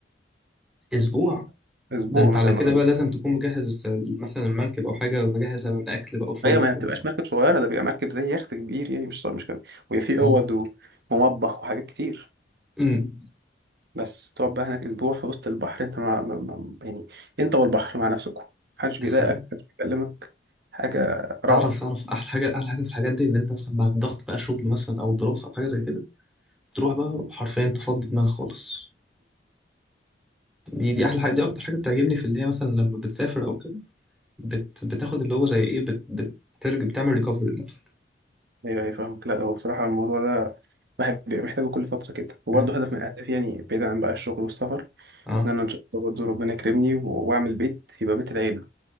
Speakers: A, in the centre; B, on the right.
A: اسبوع
B: اسبوع
A: ده انت
B: مثلا
A: على كده
B: غزة.
A: بقى لازم تكون مجهز الس- مثلا المركب او حاجة مجهزة من اكل بقى وشرب
B: هي ما
A: وكل
B: بتبقاش
A: الكلام
B: مركب
A: ده.
B: صغيره ده بيبقى مركب زي يخت كبير يعني مش صغير مش كبير ويبقى فيه
A: اه
B: اوض ومطبخ وحاجات كتير
A: امم
B: بس تقعد بقى هناك اسبوع في وسط البحر انت مع مع- مع- يعني انت والبحر مع نفسكم محدش
A: السلام
B: بيضايقك محدش بيكلمك حاجه
A: تعرف
B: روعه
A: تعرف احلى حاجة احلى حاجة في الحاجات دي ان انت مثلا بعد ضغط بقى شغل مثلا او دراسة او حاجة زي كده تروح بقى حرفيا تفضي دماغك خالص دي دي احلى حاجة دي اكتر حاجة بتعجبني في اللي هي مثلا لما بتسافر او كده بت بتاخد اللي هو زي ايه بت بترجع بتعمل ريكفري لنفسك
B: ايوه ايوه فاهمك لا هو بصراحه الموضوع ده الواحد بيبقى محتاجه كل فتره كده وبرضه
A: امم
B: هدف من اهدافي يعني بعيدا عن بقى الشغل والسفر
A: اه
B: ان انا ان شاء الله برضه ربنا يكرمني و- واعمل بيت يبقى بيت العيله